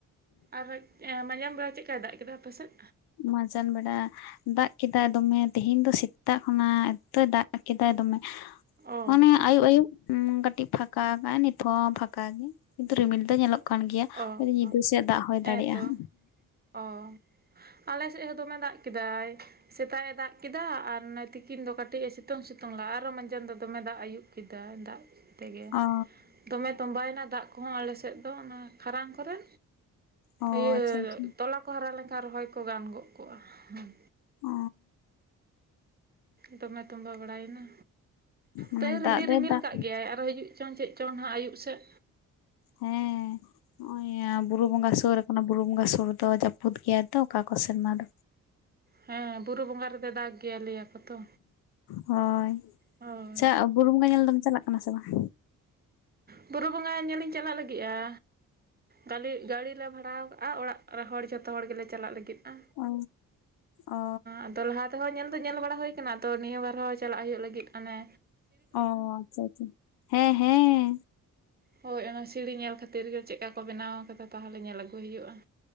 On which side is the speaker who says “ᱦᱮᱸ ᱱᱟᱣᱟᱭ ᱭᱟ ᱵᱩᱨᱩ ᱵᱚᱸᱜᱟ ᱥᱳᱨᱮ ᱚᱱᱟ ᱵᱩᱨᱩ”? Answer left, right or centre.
Left